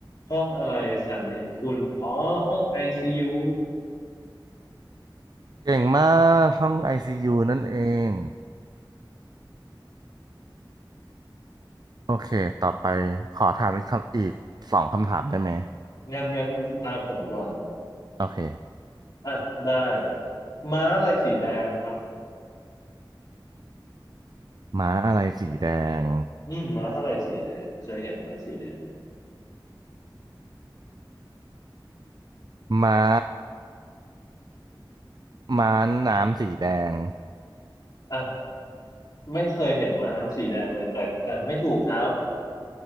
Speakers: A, on the left (about 50°); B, on the right (about 55°).
A: ห้องอะไรฉันเห็นคุณอ๋อห้องไอซียู
B: เก่งมากห้องไอซียูนั่นเอง โอเคต่อไปขอถามอีกคำอีกสองคำถามได้ไหม
A: งั้นงั้นตาผมก่อน
B: โอเค
A: อ่ะได้ม้าอะไรสีแดงครับ
B: ม้าอะไรสีแดง
A: อืมม้าอะไรสีแดงเคยเห็นม้าสีแดงไหม
B: ม้าม้าน้ำสีแดง
A: อ่ะ ไม่เคยเห็นม้าน้ำสีแดงเลยแต่แต่ไม่ถูกครับ